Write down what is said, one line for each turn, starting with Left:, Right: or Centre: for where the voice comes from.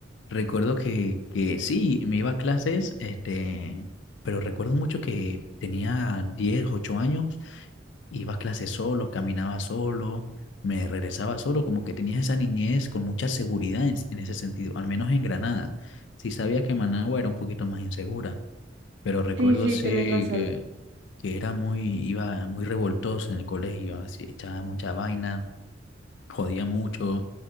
Left: Recuerdo que, que sí, me iba a clases, este, pero recuerdo mucho que tenía 10 8 años, iba a clases solo, caminaba solo, me regresaba solo, como que tenía esa niñez con mucha seguridad en, en ese sentido, al menos en Granada. Sí sabía que Managua era un poquito más insegura, pero recuerdo
Right: Sí, sí,
Left: sí
Right: tenés razón.
Left: que, que era muy, iba muy revoltoso en el colegio, así, echaba mucha vaina, jodía mucho,